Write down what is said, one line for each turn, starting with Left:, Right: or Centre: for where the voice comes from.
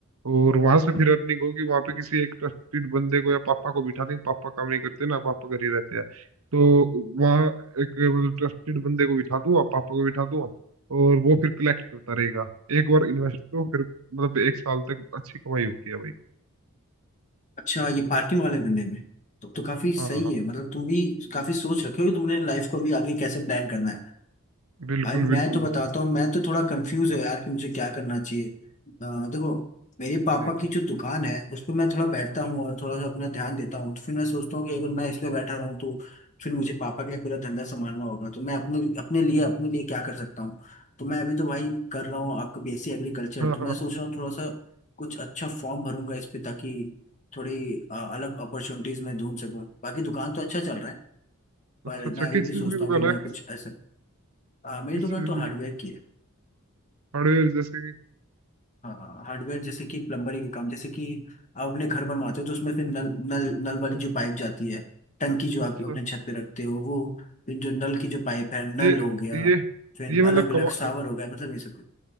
Right: और वहां से फिर अर्निंग होगी वहां पे किसी एक ट्रस्टेड बंदे को या पापा को बिठा देंगे पापा काम नहीं करते ना पापा घर ही रहते हैं तो वहाँ एक मतलब ट्रस्टेड बंदे को बिठा दूंगा पापा को बिठा दूंगा और वो फिर कलेक्ट करता रहेगा एक बार इन्वेस्ट करो फिर मतलब एक साल तक अच्छी कमाई होती है भाई
Left: अच्छा ये पार्किंग वाले धंधे में तो, तो काफी सही
Right: हाँ हाँ
Left: है मतलब तुम भी काफी सोच रखे हो कि तुमने लाइफ को अभी आगे कैसे प्लान करना है
Right: बिल्कुल
Left: भाई मैं
Right: बिल्कुल
Left: तो बताता
Right: भाई
Left: हूँ मैं तो थोड़ा कंफ्यूज हूँ यार कि मुझे क्या करना चाहिए अ, देखो मेरे
Right: एक
Left: पापा
Right: मिनट,
Left: की जो दुकान है उस पर मैं थोड़ा बैठता
Right: हाँ
Left: हूँ और थोड़ा सा अपना ध्यान
Right: हाँ
Left: देता हूँ तो फिर मैं सोचता हूँ कि अगर मैं इस पे बैठा रहूँ तो फिर मुझे पापा का पूरा धंधा संभालना होगा तो मैं अपने अपने लिए
Right: हाँ
Left: अपने लिए क्या कर सकता हूँ तो मैं अभी तो भाई कर रहा हूँ आपको बीएससी एग्रीकल्चर
Right: हाँ हाँ,
Left: तो मैं
Right: हाँ,
Left: सोच रहा हूँ थोड़ा सा कुछ अच्छा फॉर्म भरूंगा इस पे ताकि थोड़ी अ, अलग अपॉर्चुनिटीज मैं ढूंढ सकूँ बाकी दुकान तो अच्छा चल रहा है पर
Right: अच्छा अच्छा
Left: मैं अभी
Right: किस
Left: भी
Right: चीज
Left: सोचता
Right: की दुकान
Left: हूँ कि मैं
Right: है
Left: कुछ
Right: किस
Left: ऐसा अ, मेरी
Right: किस
Left: दुकान
Right: चीज
Left: तो
Right: की
Left: हार्डवेयर
Right: दुकान
Left: की है
Right: हार्डवेयर जैसे कि
Left: हाँ हार्डवेयर जैसे कि प्लम्बरी के काम जैसे कि आप अपने घर बनवाते हो तो उसमें फिर नल नल नल वाली
Right: अच्छा
Left: जो पाइप जाती है टंकी जो
Right: अच्छा
Left: आप अपने छत पे रखते हो वो फिर जो नल की जो पाइप है नल
Right: ये
Left: हो गया
Right: ये
Left: फिर
Right: ये मतलब
Left: अलग अलग
Right: कमा
Left: शावर हो गया मतलब ये सब